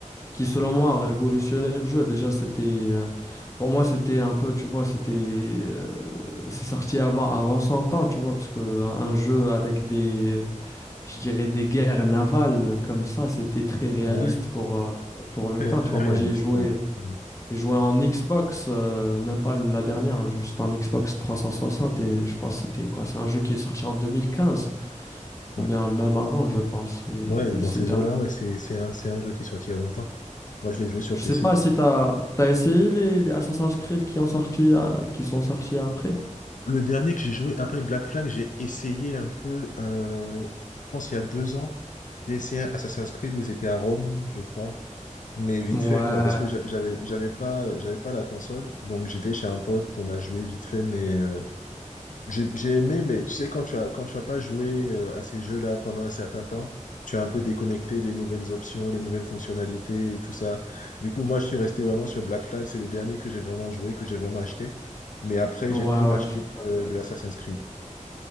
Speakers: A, on the left; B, on the left.
A: qui selon moi a révolutionné le jeu. Déjà, c'était euh, pour moi c'était un peu, tu vois, c'était euh, c'est sorti avant avant son temps, tu vois, parce que un un jeu avec des, je dirais des guerres navales comme ça, c'était très réaliste
B: Ouais.
A: pour euh, pour le
B: Très,
A: temps,
B: très
A: tu vois.
B: réaliste,
A: Moi, j'y ai joué,
B: ouais. Mm.
A: j'ai joué en Xbox, euh, même pas la dernière, hein, juste en Xbox 360 et je pense que c'était quoi, c'est un jeu qui est sorti en 2015 ou
B: Ouais,
A: bien même avant, je pense. Et,
B: Ouais,
A: et
B: dans
A: c'était
B: ces eaux-là, ouais, c'est c'est un, c'est un jeu qui est sorti il y a longtemps. Moi, je l'ai joué sur
A: Je
B: PC.
A: sais pas si t'as t'as essayé les, les Assassin's Creed qui ont sorti à- qui sont sortis après.
B: Le dernier que j'ai joué après Black Flag, j'ai essayé un peu, euh, je pense il y a deux ans, j'ai essayé Assassin's Creed où ils étaient à Rome, je crois, mais vite
A: Ouais,
B: fait, quoi, parce que j'a- j'avais j'avais pas, j'avais pas la console, donc j'étais chez un pote, on a joué vite fait, mais euh, J'ai j'ai aimé, mais tu sais, quand tu as, quand tu as pas joué euh, à ces jeux-là pendant un certain temps, tu as un peu déconnecté des nouvelles options, les nouvelles fonctionnalités et tout ça. Du coup, moi, je suis resté vraiment sur Black Flag. C'est le dernier que j'ai vraiment joué, que j'ai vraiment acheté. Mais après,
A: ouais,
B: j'ai plus acheté
A: ouais, je suis tout à fait
B: euh,
A: d'accord.
B: de Assassin's Creed.